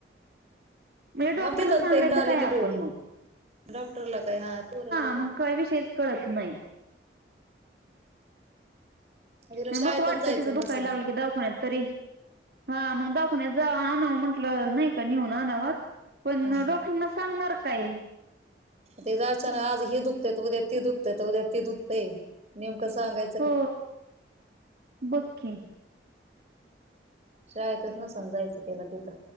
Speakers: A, on the right; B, on the right.
A: <unintelligible>
B: म्हणजे डॉक्टरला सांगायचं काय आपण मग
A: डॉक्टरला काय हा तेवढं बर
B: मग
A: हे
B: काय विषयच कळत नाही
A: तिला
B: नाही
A: शाळेतच
B: मस वाटतं
A: जायचं
B: तिचं दुखाय
A: नसल
B: लागलं की दवखाण्यात तरी हा मग दवखावण्यात जा आणावं म्हंटलं नाही का नेऊन आणावं पण
A: हा
B: डॉक्टरांना सांगणार काय?
A: तिज असं नां आज ही दुखतय उद्या ती दुखतय तर उद्या ती दुखतय नेमकं सांगायं
B: हो बघ की
A: शाळेतच नसन जायचं तिला तिथं